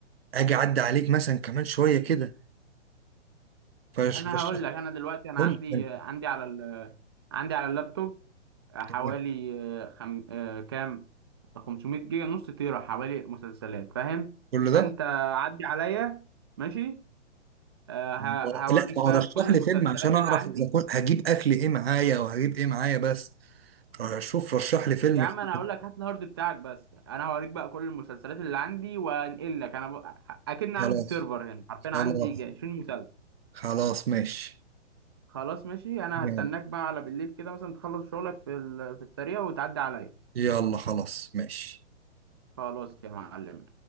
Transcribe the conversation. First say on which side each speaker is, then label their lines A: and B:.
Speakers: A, on the right; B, on the right.
A: أجي أعدي عليك مثلا كمان شوية كده فرشح
B: انا هقول
A: لي.
B: لك انا دلوقتي انا
A: قول
B: عندي
A: لي فيلم
B: عندي على ال... عندي على اللابتوب حوالي
A: تمام
B: آه، خم... آه، كام 500 جيجا نص تيرا حوالي مسلسلات فاهم
A: كل ده
B: فانت عدي عليا ماشي آه، ه...
A: ما هو-
B: هوريك
A: لا ما هو
B: بقى
A: رشح
B: كل المسلسلات
A: لي فيلم عشان أعرف
B: اللي عندي
A: إذا كنت هجيب أكل إيه معايا وهجيب إيه معايا بس آه، شوف رشح لي فيلم
B: يا عم
A: كده
B: انا هقول لك هات الهارد بتاعك بس انا هوريك بقى كل المسلسلات اللي عندي وانقل لك انا ب... اكن
A: خلاص
B: عندي سيرفر هنا حرفيا
A: خلاص
B: عندي 20 مسلسل
A: خلاص ماشي
B: خلاص ماشي انا
A: يلا
B: هستناك بقى على بالليل كده مثلا تخلص شغلك في ال- في الطريق وتعدي عليا
A: يلا خلاص ماشي
B: خلاص يا معلم